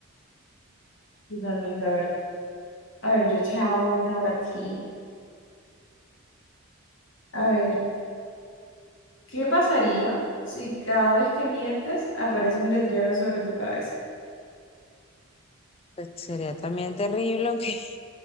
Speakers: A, on the left; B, on the left.
A: Totalmente, a ver. A ver, yo te hago una hora a ti. A ver, ¿Qué pasaría si cada vez que mientes aparece un letrero sobre tu cabeza?
B: pues, sería también terrible, aunque